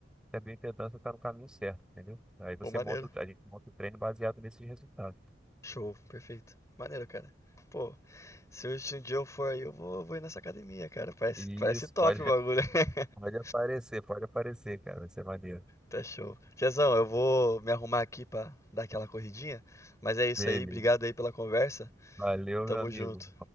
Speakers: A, in the centre; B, on the left.
A: se a bioimpedância está no caminho certo, entendeu? Aí você
B: Pô, maneiro.
A: monta, o- a gente monta o treino baseado nesses resultados.
B: Show. Perfeito. Maneiro, cara. Pô, se hoje um dia eu for aí, eu vou, vou ir nessa academia, cara. Parece,
A: Isso,
B: parece top
A: pode,
B: o
A: <laughs>
B: bagulho. <laughs>
A: pode aparecer, pode aparecer, cara. Vai ser maneiro.
B: Tá show. Tiazão, eu vou me arrumar aqui pra dar aquela corridinha, mas é isso
A: Beleza.
B: aí. Obrigado aí pela conversa.
A: Valeu,
B: Tamo
A: meu amigo.
B: junto.